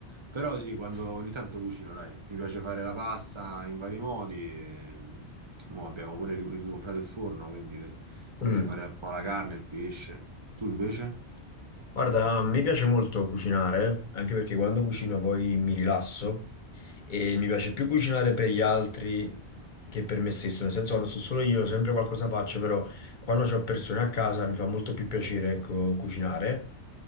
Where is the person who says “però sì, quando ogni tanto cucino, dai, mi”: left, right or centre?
Right